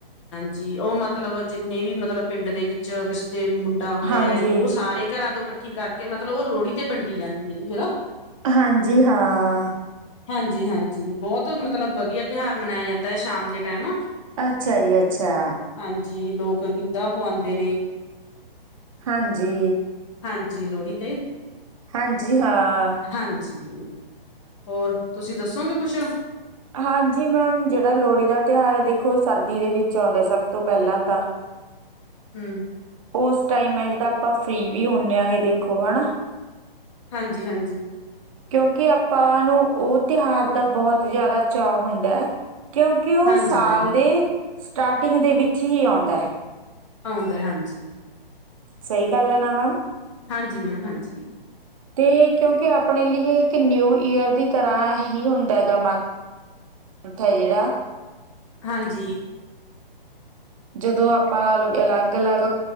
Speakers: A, on the left (about 30°); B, on the right (about 35°).
A: ਜੀ ਉਹ ਮਤ ਲਬ ਜਿੰਨੇ ਵੀ ਮਤਲਬ ਪਿੰਡ ਦੇ ਵਿੱਚ ਤੇ ਮੁੰਡਾ ਹੋਇਆ
B: ਹਾਂਜੀ।
A: ਉਹ ਸਾਰੇ ਘਰਾਂ ਤੋਂ ਕਠ ਕੱਠੀ ਕਰਕੇ ਮਤਲਬ ਉਹ ਲੋਹੜੀ ਤੇ ਵੰਡੀ ਜਾਂਦੀ ਹੈ ਜੀ <unintelligible>
B: ਹਾਂਜੀ, ਹਾਂ।
A: ਹਾਂਜੀ-ਹਾਂਜੀ ਬਹੁਤ ਮਤਲਬ ਵਧੀਆ ਤਿਉਹਾਰ ਮਨਾਇਆ ਜਾਂਦਾ ਹੈ ਸ਼ਾਮ ਦੇ ਟਾਈਮ
B: ਅੱਛਾ ਜੀ ਅੱਛਾ।
A: ਹਾਂਜੀ, ਲੋਕ ਗਿੱਧਾ ਪਆਉਂਦੇ ਨੇ।
B: ਹਾਂਜੀ।
A: ਹਾਂਜੀ, ਲੋਹੜੀ ਤੇ
B: ਹਾਂਜੀ, ਹਾਂ।
A: ਹਾਂਜੀ ਹੋਰ, ਤੁਸੀਂ ਦੱਸੋਗੇ ਕੁੱਛ?
B: ਹਾਂਜੀ, ਮੈਮ ਜਿਹੜਾ ਲੋਹੜੀ ਦਾ ਤਿਉਹਾਰ ਹੈ ਦੇਖੋ ਸਰਦੀ ਦੇ ਵਿੱਚ ਆਉਂਦਾ ਸਭ ਤੋਂ ਪਹਿਲਾਂ ਤਾਂ।
A: ਹਮ
B: ਉਸ ਟਾਈਮ ਹੈ ਜਿਹੜਾ ਆਪਾਂ ਫਰੀ ਵੀ ਹੁੰਦੇ ਆ ਗ ਦੇਖੋ ਹਨਾ
A: ਹਾਂਜੀ-ਹਾਂਜੀ।
B: ਕਿਉਂਕਿ ਆਪਾਂ ਨੂੰ ਉਹ ਤਿਉਹਾਰ ਦਾ ਬਹੁਤ ਜ਼ਿਆਦਾ ਚਾਅ ਹੁੰਦਾ ਹੈ। ਕਿਉਂਕਿ ਉਹ
A: ਹਾਂਜੀ
B: ਸਾਲ
A: ਮੈਮ
B: ਦੇ ਸਟਾਰਟਿੰਗ ਦੇ ਵਿੱ ਚੀ ਆਉਂਦਾ।
A: ਆਉਂਦਾ ਹਾਂਜੀ।
B: ਸਹੀ ਗੱਲ ਹੈ ਨਾ ਮੈਮ।
A: ਹਾਂਜੀ ਮੈਮ ਹਾਂਜੀ।
B: ਤੇ ਕਿਉਂਕਿ ਆਪਣੇ ਲਈ ਇੱਕ ਨਿਊ ਈਅਰ ਦੀ ਤਰ੍ਹਾਂ ਹੀ ਹੁੰਦਾ ਹੈਗਾ ਮੰਥ ਹੈ ਜਿਹੜਾ।
A: ਹਾਂਜੀ।
B: ਜਦੋਂ ਆਪਾਂ ਲਾ ਲਓ ਅਲੱਗ ਅਲੱਗ